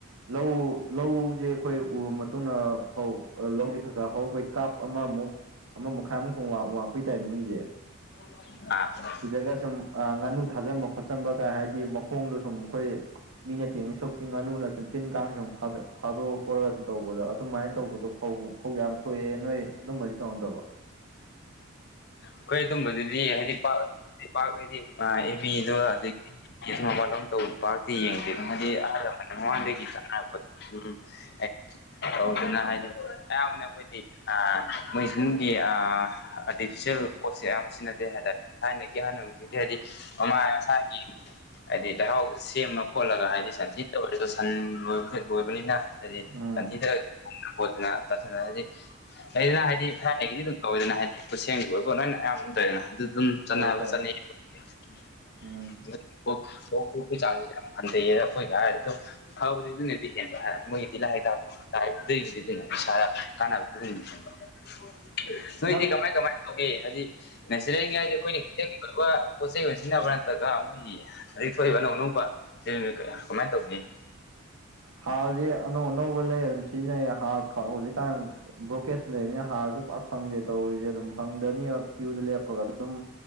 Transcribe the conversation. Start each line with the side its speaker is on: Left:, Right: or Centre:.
Right: ꯂꯧ ꯂꯧꯖꯦ ꯑꯈꯣꯏ ꯎꯔ ꯃꯇꯨꯡꯗꯥ ꯐꯧ ꯑ ꯂꯧꯖꯤ ꯈꯥ ꯈꯥ ꯍꯧꯔꯛꯄꯩ ꯀꯥꯞ ꯑꯃꯃꯨꯛ ꯑꯃ ꯃꯈꯥꯏꯃꯨꯛ ꯋꯥ ꯋꯥꯡꯄꯩ ꯇꯥꯏꯃꯤꯡꯒꯤꯖꯦ
Left: ꯑ
Right: ꯁꯤꯗꯒ ꯁꯨꯝ ꯉꯥꯅꯨ ꯊꯥꯖꯟꯕ ꯈꯣꯠꯆꯟꯕꯒ ꯍꯥꯏꯗꯤ ꯃꯈꯣꯡꯗꯣ ꯁꯨꯝ ꯑꯩꯈꯣꯏ ꯃꯤꯅ ꯇꯦꯡꯗꯣꯏ ꯁꯔꯨꯛꯄꯨꯗꯤ ꯉꯥꯅꯨꯅ ꯁꯨꯟ ꯇꯤꯟ ꯀꯥꯡꯁꯨꯝ ꯐꯥꯗꯣꯛꯑ ꯈꯣꯠ ꯑꯗꯨꯝ ꯇꯧꯕꯗ ꯑꯗꯨꯃꯥꯏꯅ ꯇꯧꯕꯗꯣ ꯐꯧ ꯐꯧ ꯌꯥꯝ ꯊꯣꯛꯑꯦ ꯅꯣꯏ ꯑꯗꯨꯝꯕꯗꯤ ꯇꯧꯅꯗꯕꯣ
Left: ꯑꯈꯣꯏ ꯑꯗꯨꯨꯝꯕꯗꯨꯗꯤ ꯍꯥꯏꯗꯤ ꯄꯥꯛ ꯄꯥꯛ ꯍꯥꯏꯗꯤ ꯑ ꯑꯦꯃꯦꯗꯣ ꯑꯗꯒꯤ ꯀꯦꯁ ꯃꯄꯥꯥꯜꯂꯣꯝ ꯇꯧꯕ ꯗꯤ ꯌꯦꯡꯗꯦ ꯑꯗꯨꯝ ꯍꯥꯏꯗꯤ ꯑꯍꯜ ꯂꯃꯟ ꯃꯃꯥꯡꯗꯒꯤ
Right: ꯎꯝ
Left: ꯆꯥꯅꯔꯛꯄꯗꯣ ꯎꯝ <unintelligible> ꯇꯧꯗꯨꯅ ꯍꯥꯏꯗꯤ ꯑꯌꯥꯝꯕꯅ ꯑꯩꯈꯣꯏꯗꯤ ꯃꯣꯏꯁꯤꯡꯒꯤ ꯑ ꯑꯥꯔꯇꯤꯐꯤꯁꯦꯜ ꯄꯣꯠꯁꯦ ꯑꯌꯥꯝꯕ ꯁꯤꯖꯤꯟꯅꯗꯦ ꯍꯥꯏ ꯇꯔꯦ ꯊꯥꯏꯅꯒꯤ ꯑꯍꯟ ꯂꯝꯟꯁꯤꯡꯗꯤ ꯍꯥꯏꯗꯤ ꯑꯃꯥ ꯁꯥꯒꯤ ꯍꯥꯏꯗꯤ ꯂꯩꯍꯥꯎꯁꯨ ꯂꯂꯁꯦꯝꯃ ꯈꯣꯠꯂꯒ ꯍꯥꯏꯗꯤ ꯁꯟꯊꯤ ꯇꯑꯣꯏꯔꯖꯨ ꯁꯟ ꯂꯣꯏꯕꯗꯥ ꯂꯣꯏꯕꯅꯤꯅ ꯍꯥꯏꯗꯤ
Right: ꯎꯝ
Left: ꯁꯟꯊꯤꯗꯒꯥ <unintelligible> ꯗꯣꯠꯇꯅ <unintelligible> ꯍꯥꯏꯗꯤ ꯂꯩꯗꯅ ꯍꯥꯏꯗꯤ ꯊꯥꯏꯅꯒꯤꯗꯤ ꯑꯗꯨꯝ ꯇꯧꯋꯦꯗꯅ ꯍꯥꯏꯗꯤ ꯈꯨꯠꯁꯦꯝꯒꯤ ꯑꯣꯏꯕꯣ ꯅꯪꯅ ꯑꯌꯥꯝꯕ ꯑꯃ ꯇꯧꯋꯦꯗꯅ ꯑꯗꯨ ꯑꯗꯨꯝ ꯆꯥꯅꯕ
Right: ꯇꯧꯋꯦ ꯇꯧꯋꯦ
Left: ꯆꯥꯅꯩ ꯗꯨ ꯑꯣ
Right: ꯎꯝ
Left: ꯀꯣꯛ ꯑꯣꯛꯀꯤ ꯆꯥꯡꯁꯦ ꯌꯥꯝ ꯍꯟꯊꯩꯌꯦ ꯑꯩꯈꯣꯏꯒ ꯍꯥꯏꯔꯗꯣ ꯐꯕꯗꯤ ꯑꯗꯨꯅꯗꯤ ꯍꯦꯟꯕ ꯍꯥ ꯃꯣꯏꯒꯤꯗꯤ ꯂꯥꯍꯦꯇꯥ ꯍꯥꯏꯕꯗꯨꯒꯤꯗꯤ ꯑꯗꯨꯅ <unintelligible> ꯅꯣꯏꯗꯤ
Right: ꯅꯪ
Left: ꯀꯃꯥꯏ ꯀꯃꯥꯏꯅ ꯇꯧꯒꯦ ꯍꯥꯏꯗꯤ ꯅꯦꯆꯔꯦꯜꯒꯤ ꯍꯥꯏꯗꯤ ꯑꯩꯈꯣꯏꯒꯤ <unintelligible> ꯑꯗꯨꯒ ꯄꯣꯠ ꯆꯩꯩ ꯑꯣꯏꯅ ꯁꯤꯖꯤꯟꯅꯕ ꯅꯠꯇ꯭ꯔꯒ ꯃꯣꯏꯒꯤ ꯍꯖꯤꯛ ꯊꯣꯛꯏꯕ ꯑꯅꯧ ꯑꯅꯧꯕ ꯁꯦꯝꯃꯤ ꯀꯌꯥ ꯀꯃꯥꯏꯅ ꯇꯧꯅꯤ
Right: ꯍꯥꯔꯁꯦ ꯑꯅꯧ ꯑꯅꯧꯕ ꯂꯩ ꯑꯗꯨꯝ ꯁꯤꯖꯤꯟꯅꯩꯌꯦ ꯍꯥꯔ ꯍꯧꯖꯤꯛꯀꯥꯟ ꯕ꯭ꯔꯣꯀꯦꯠꯁꯨ ꯂꯩꯕꯅꯤꯅ ꯍꯥꯔꯁꯨ ꯄꯥꯛ ꯐꯪꯗꯦ ꯇꯧꯔꯤꯁꯦ ꯑꯗꯨꯝ ꯐꯪꯗꯕꯅꯤꯅ ꯀ꯭ꯌꯨꯗ ꯂꯦꯞꯄꯒ ꯑꯗꯨꯝ